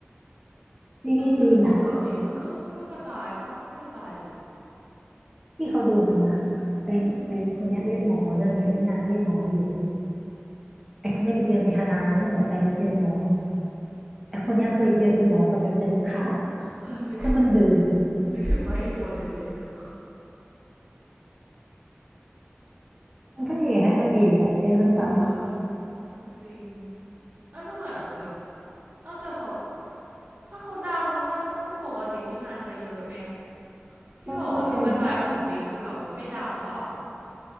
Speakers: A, in the centre; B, on the right.
A: ซีรีส์จีนอะ
B: โลแต่ของเกาหลีมันก็มันก็กระจายปะไม่กระจายหรอก
A: ที่เขาดูมานะไอไอคนเนี้ยเล่นหมอเรื่องเนี้ยเล่นนางก็เล่นหมออีก
B: อืม
A: ไอคนเนี้ยไปเจอในฮานายเรื่องต่อไปก็ไปเจอในหมอไอคนเนี้ยเคยเจอเป็นหมอต่อไปไปเจอนักข่าว
B: เออนึก
A: คนเดิม
B: นึกถึงว่าเอกคนหนึ่งเลยน
A: ๆทั้งพระเอกทั้งนางเอกอะเจอซ้ำๆอะ
B: เออก็จริงเออก็เหมือนแบบเออแต่เขาถ้าเขาดังมันก็ก็ปกติที่งานจะเยอะไง ที่บอกว่าดูกระจายของจีนคือแบบมันไม่ดังเปล่า
A: ก็เข้าใจได้